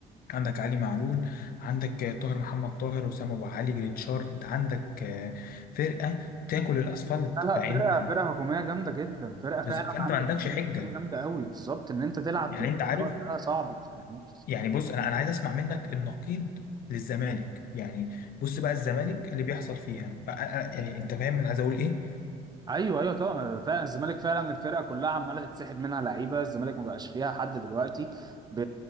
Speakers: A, on the left; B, on the right.
A: عندك علي معلول عندك آه، طاهر محمد طاهر وسام أبو علي جريتشار أنت عندك آه، فرقة تاكل الأسفلت
B: لا
A: فأنت
B: لا فرقة فرقة هجومية جامدة جدا فرقة فعلا
A: بز- فأنت
B: عندك
A: ما عندكش
B: كمية
A: حجة
B: لعيبة جامدة قوي بالظبط ان انت تلعب
A: يعني
B: بالمستوى
A: انت عارف
B: ده صعب جدا يعني.
A: يعني بص انا انا عايز اسمع منك النقيض للزمالك يعني بص بقى الزمالك اللي بيحصل فيها بقى أنا- يعني انت فاهم انا عايز اقول ايه
B: ايوه ايوه طبعا فعلا الزمالك فعلا الفرقة كلها عمالة تتسحب منها لعيبة الزمالك ما بقاش فيها حد دلوقتي ب-